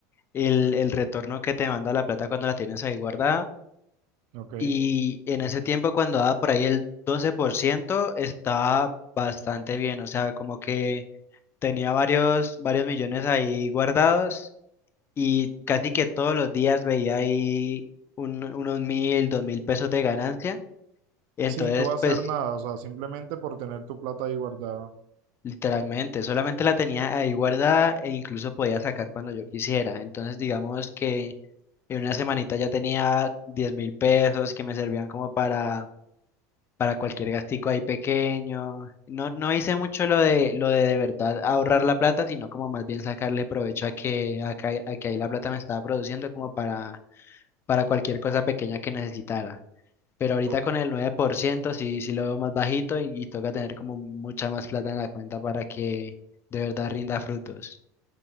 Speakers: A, on the left (about 25°); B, on the right (about 60°).
A: el, el retorno que te manda la plata cuando la tienes ahí guardada.
B: ¿ok?
A: Y en ese tiempo cuando daba por ahí el 12% estaba bastante bien. O sea, como que tenía varios, varios millones ahí guardados y casi que todos los días veía ahí un- unos mil, dos mil pesos de ganancia. Entonces,
B: Sin tú hacer
A: pues
B: nada, o sea, simplemente por tener tu plata ahí guardada.
A: Literalmente, solamente la tenía ahí guardada e incluso podía sacar cuando yo quisiera. Entonces, digamos que en una semanita ya tenía diez mil pesos que me servían como para, para cualquier gastico ahí pequeño. No, no hice mucho lo de, lo de de verdad ahorrar la plata, sino como más bien sacarle provecho a que, a que, a que ahí la plata me estaba produciendo como para, para cualquier cosa pequeña que necesitara. Pero ahorita
B: O-
A: con el 9% sí, sí lo veo más bajito y, y toca tener como mucha más plata en la cuenta para que de verdad rinda frutos.